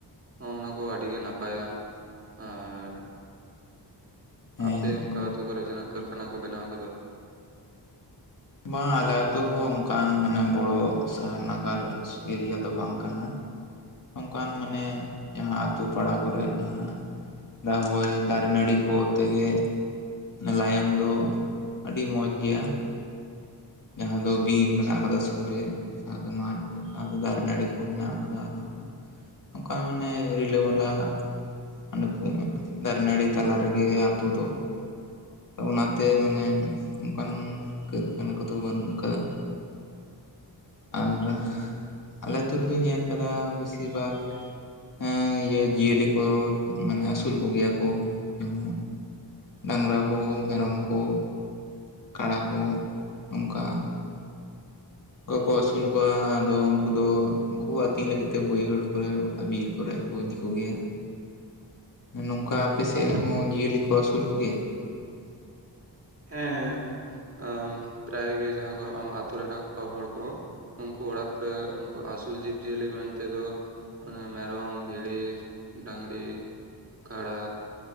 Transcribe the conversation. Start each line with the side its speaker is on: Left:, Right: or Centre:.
Right: ᱦᱚᱸ ᱚᱱᱟᱠᱚ ᱟᱹᱰᱤᱜᱮ ᱱᱟᱯᱟᱭᱟ ᱾ ᱟᱨᱼᱼ
Left: ᱦᱮᱸ
Right: ᱟᱯᱮ ᱚᱱᱠᱟ ᱟᱹᱛᱩ ᱠᱚᱨᱮ ᱡᱟᱦᱱᱟᱜ ᱠᱟᱹᱨᱠᱷᱟᱱᱟ ᱠᱚ ᱵᱮᱱᱟᱣ ᱟᱠᱟᱫᱟ?
Left: ᱵᱟᱝ ᱟᱞᱮ ᱟᱹᱛᱩ ᱦᱚᱸ ᱚᱱᱠᱟᱱ ᱢᱟᱱᱮ ᱵᱚᱲᱚ ᱥᱟᱦᱟᱨ ᱱᱟᱜᱟᱨᱼᱼ ᱮᱨᱤᱭᱟ ᱫᱚ ᱵᱟᱝ ᱠᱟᱱᱟ ᱾ ᱚᱝᱠᱟᱱ ᱢᱟᱱᱮ ᱡᱟᱦᱟᱸ ᱟᱹᱛᱩ ᱯᱟᱲᱟ ᱠᱚᱨᱮ ᱡᱟᱦᱟᱸᱼᱼ ᱫᱟ ᱦᱚᱭ ᱫᱟᱨᱮ ᱱᱟᱹᱲᱤ ᱠᱚ ᱛᱮᱜᱮᱼᱼ ᱞᱟᱭᱚᱝ ᱫᱚ ᱟᱹᱰᱤ ᱢᱚᱡᱽ ᱜᱮᱭᱟ ᱾ ᱡᱟᱦᱟᱸ
Right: ᱟᱪᱪᱷᱟ
Left: ᱫᱚ ᱵᱤᱨ ᱢᱮᱱᱟᱜ ᱟᱠᱟᱫᱟ ᱥᱩᱨ ᱨᱮ ᱾ ᱟᱫᱚ ᱢᱟᱴᱷ ᱥᱟᱶᱛᱮ ᱫᱟᱨᱮ ᱱᱟᱹᱲᱤ ᱠᱚ ᱢᱮᱱᱟᱜ ᱟᱠᱟᱫᱟ ᱟᱨᱦᱚᱸ ᱾ ᱚᱝᱠᱟ ᱢᱟᱱᱮ ᱨᱤᱞᱟᱹ ᱢᱟᱞᱟᱼᱼ ᱚᱸᱰᱮ ᱯᱩᱜ ᱫᱟᱲᱮ ᱱᱟᱹᱲᱤ ᱛᱟᱞᱟ ᱨᱮᱜᱮ ᱟᱹᱛᱩ ᱫᱚ ᱾ ᱚᱱᱟᱛᱮ ᱢᱟᱱᱮ ᱩᱱᱠᱟᱱ ᱠᱟᱹᱨᱠᱷᱟᱱᱟ ᱠᱚᱫᱚ ᱵᱟᱹᱱᱩᱜ ᱟᱠᱟᱫᱟ᱾ ᱟᱨ ᱟᱞᱮ ᱟᱹᱛᱩ ᱨᱮᱫᱚᱧ ᱧᱮᱞ ᱟᱠᱟᱫᱟ ᱵᱮᱥᱤᱨ ᱵᱷᱟᱜᱽᱼᱼ ᱦᱮᱸ ᱤᱭᱟᱹ ᱡᱤᱭᱟᱹᱞᱤ ᱠᱚ ᱢᱟᱱᱮ ᱟᱹᱥᱩᱞ ᱠᱚᱜᱮᱭᱟ ᱠᱚ ᱩᱸᱼᱼ ᱰᱟᱝᱨᱟ ᱠᱚ
Right: ᱟᱪᱪᱷᱟ
Left: ᱢᱮᱨᱚᱢ ᱠᱚ ᱠᱟᱲᱟ ᱠᱚ ᱱᱚᱝᱠᱟ᱾ ᱠᱚᱠᱚ ᱟᱹᱥᱩᱞ ᱠᱚᱣᱟ ᱟᱫᱚ ᱩᱱᱠᱩ ᱫᱚᱼᱼ ᱩᱱᱠᱩ ᱟᱹᱛᱤᱧ ᱞᱟᱹᱜᱤᱫ ᱛᱮ ᱵᱟᱹᱭᱦᱟᱹᱲ ᱠᱚᱨᱮ ᱵᱤᱨ ᱠᱚᱨᱮ ᱠᱚ ᱤᱫᱤ ᱠᱚᱜᱮᱭᱟ ᱱᱚᱝᱠᱟᱼᱼ ᱟᱯᱮ
Right: ᱟᱪᱪᱷᱟ
Left: ᱥᱮᱫ ᱦᱚᱸ ᱡᱤᱭᱟᱹᱞᱤ ᱠᱚ ᱟᱹᱥᱩᱞ ᱠᱚᱜᱮᱭᱟ?
Right: ᱦᱮᱸ ᱟᱸ ᱯᱨᱟᱭ ᱜᱮ ᱡᱟᱦᱟᱸ ᱠᱚᱦᱚ ᱟᱛᱳ ᱨᱮᱱᱟᱜ ᱠᱚ ᱦᱚᱲ ᱠᱚ᱾ ᱩᱱᱠᱩ ᱚᱲᱟᱜ ᱠᱚᱨᱮ ᱩᱱᱠᱩ ᱟᱹᱥᱩᱞ ᱡᱤᱵᱽᱡᱤᱭᱟᱹᱞᱤ ᱢᱮᱱᱛᱮ ᱫᱚ᱾ ᱚᱱᱮ ᱢᱮᱨᱚᱢ ᱵᱷᱤᱲᱤ ᱰᱟᱝᱨᱤ ᱠᱟᱲᱟ᱾